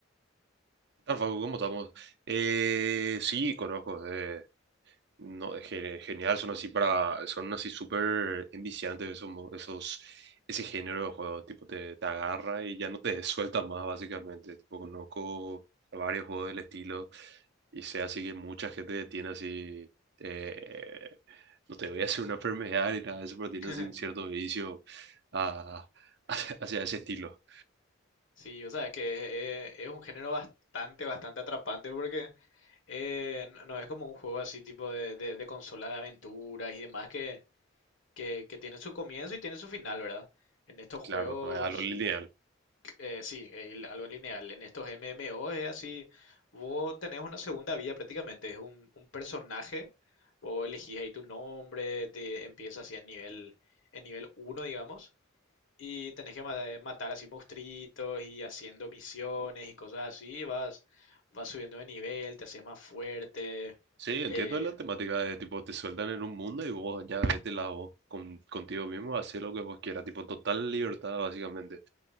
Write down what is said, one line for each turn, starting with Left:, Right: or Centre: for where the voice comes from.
Right: Tal Facu, ¿cómo estamos? Eh, sí, conozco. eh, no, es ge- genial, son así para, son así súper enviciantes esos, mo- esos, ese género de juego, tipo te, te agarra y ya no te <laughs> suelta más básicamente. Tipo, conozco varios juegos del estilo y sé así que mucha gente tiene así, eh, no te voy a hacer una enfermedad ni nada de eso, pero tiene
Left: <laughs>
Right: así un cierto vicio a- <laughs> hacia ese estilo.
Left: Sí, o sea, es que es, es un género bastante, bastante atrapante porque eh, no no es como un juego así tipo de, de- de consola de aventuras y demás que que, que tiene su comienzo y tiene su final, ¿verdad? En estos
Right: Claro,
Left: juegos,
Right: no es algo lineal.
Left: eh, sí, eh, algo lineal. En estos MMO es así, vos tenés una segunda vida prácticamente, es un, un personaje, vos elegís ahí tu nombre, te empiezas así en nivel, en nivel uno, digamos, y tenés que ma- matar así monstruitos y haciendo misiones y cosas así, vas, vas subiendo de nivel, te haces más fuerte,
Right: Sí, entiendo
Left: te-
Right: la temática de tipo, te sueltan en un mundo y vos ya vete la voz con, contigo mismo, hacer lo que vos quieras, tipo, total libertad básicamente